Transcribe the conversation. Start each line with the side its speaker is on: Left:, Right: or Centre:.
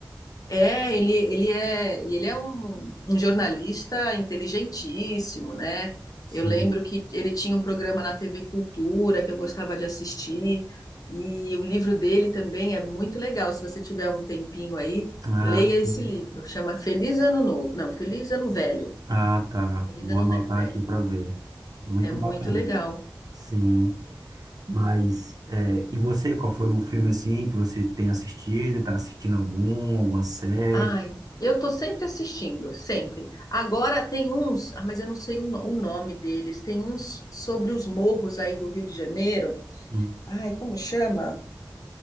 Left: é, ele, ele é, e ele é um, um jornalista inteligentíssimo, né?
Right: Sim.
Left: Eu lembro que ele tinha um programa na TV Cultura que eu gostava de assistir, e o livro dele também é muito legal. Se você tiver um tempinho aí,
Right: Ah,
Left: leia esse
Right: sim.
Left: livro. Chama Feliz Ano Novo. Não, Feliz Ano Velho.
Right: Ah, tá.
Left: Feliz
Right: Vou
Left: Ano
Right: anotar
Left: Ne- Velho.
Right: aqui para ver. Muito
Left: É muito
Right: bacana.
Left: legal.
Right: Sim. Mas, é, e você, qual foi o filme assim que você tem assistido? Tá assistindo algum, alguma série?
Left: Ai, eu tô sempre assistindo, sempre. Agora tem uns, ah, mas eu não sei o, no- o nome deles. Tem uns sobre os morros aí do Rio de Janeiro.
Right: Hum,
Left: Ai, como chama?